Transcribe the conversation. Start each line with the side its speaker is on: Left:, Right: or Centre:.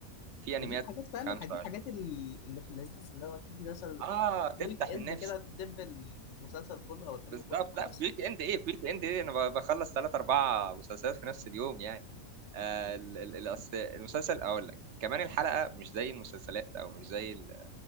Right: في انميات
Left: فدي الحاجات فاهم
Right: 25
Left: الح- دي الحاجات ال- اللي في اللذيذ اللي هو تيجي مثلا
Right: اه
Left: في
Right: تفتح
Left: ويك اند
Right: النفس
Left: كده تدب المسلسل كله او الفيلم
Right: بالظبط
Left: كله خلاص
Right: لا في ويك اند ايه في ويك اند ايه انا ب- بخلص ثلاث اربع مسلسلات في نفس اليوم يعني آه ال- ال- الأصل- المسلسل اقول لك كمان الحلقه مش زي المسلسلات او مش زي